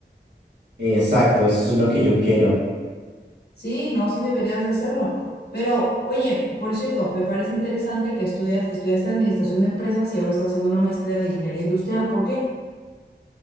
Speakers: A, on the right (about 65°); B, on the left (about 60°).
A: Exacto, eso es lo que yo quiero.
B: Sí, no, sí deberías de hacerlo. Pero, oye, por cierto, me parece interesante que estudias, estudiaste administración de empresas y ahora estás haciendo una maestría de ingeniería industrial. ¿Por qué?